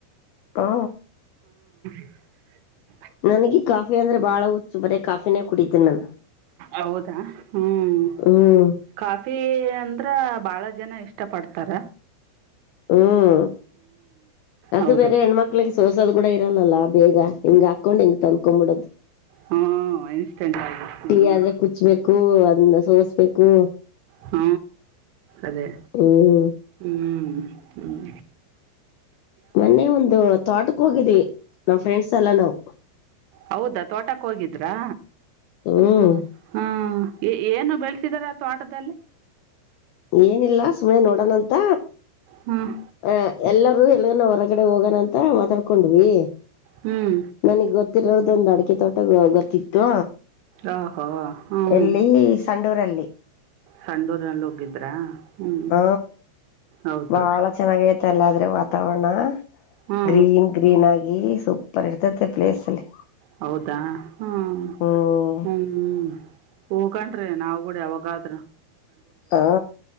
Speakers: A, on the left (about 90°); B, on the right (about 75°).
A: ಹಾ
B: <unintelligible>
A: ನನ್ಗ ಕಾಫಿ ಅಂದ್ರೆ ಬಾಳ ಹುಚ್ಚು ಬರ ಕಾಫಿನೇ ಕುಡಿತನ ನಾನು
B: ಹೌದಾ ಹ್ಮ್
A: ಹ್ಮ್
B: ಕಾಫಿ ಅಂದ್ರ ತ್ರ ಬಾಳ ಜನ ಇಷ್ಟ ಪಡ್ತಾರ
A: ಹ್ಮ್ ಅದು
B: ಹೌದು
A: ಬೇರೆ ಹೆಣ್ಮಕ್ಳಿಗೆ ಸೋಸೋದು ಕೂಡ ಇ ಇರಲ್ಲಲ್ಲಾ ಬೇಗ ಹಂಗ ಹಾಕೊಂಡ್ ಹೆಂಗ ತನ್ಕೊಬಿಡದು
B: ಹ್ಞೂ ಇನ್ಸ್ಟೆಂಟ್ ಆಗಿ ಹ್ಞೂ
A: ಟೀ ಆದ್ರೆ ಕುಚ್ಬೇಕು ಬು ಅದನ್ನ ಸೋಸ್ಬೇಕು
B: ಹ್ಮ ಅದೇ
A: ಹ್ಮ್
B: ಹ್ಮ್ ಹ್ಮ್
A: ಮೊನ್ನೆ ಒಂದು ತೋಟಕ್ ಹೋಗಿದ್ವಿ ನಮ್ ಫ್ರೆಂಡ್ಸ್ ಎಲ್ಲ ನಾವವು
B: ಹೌದಾ ತೋಟಕ್ಕೆ ಹೋಗಿದ್ರಾ
A: ಹ್ಮ್
B: ಹ್ಮ ಹ್ಮ ಏನು ಬೆಳಸಿದಾರ ಅಥವಾ ಆಟದಲ್ಲಿ
A: ಏನಿಲ್ಲ ಸುಮಮ್ಮನೆ ನೋಡೋಣಂತ
B: ಹ್ಮ್
A: ಆ ಎಲ್ಲರೂ ಎಲ್ಲ ನ ಹೊರಗಡೆ ಹೋಗೋಣ ಅಂತ ಮಾತಾಡ್ಕೊಂಡ್ವಿ
B: ಹ್ಮ್
A: ನನಗ್ ಗೊತ್ತಿರದೊಂದು ಅಡಿಕೆ ತೋಟ ಗೊತ್ತಿತ್ತು
B: ಆ ಹೋ ಹ್ಮ್
A: ಎಲ್ಲಿ ಸಂಡೂರಲ್ಲಿ
B: ಸಂಡೂರ್ಲ್ಲಿ ಹೋಗಿದ್ರಾ ಹ್ಮ್
A: ಹ
B: ಹೌದೌದು
A: ಬಾಳ ಚೆನ್ನಾಗ ಐತೆಲ್ಲ ಆದ್ರೆ ವಾತಾವರಣ
B: ಹ್ಮ್
A: ಗ್ರೀನ್ ಗ್ರೀನ್ ಆಗಿ ಈ ಸೂಪರ್ ಇರ್ತತಿ ಪ್ಲೇಸ್ ಅಲ್ಲಿ
B: ಹೌದಾ ಹ್ಮ್
A: ಹ್ಮ್
B: ಹ್ಮ್ ಹೋಗನ್ ನಾವು ಕೂಡ ಯಾವಾಗಾದ್ರು
A: ಹಾ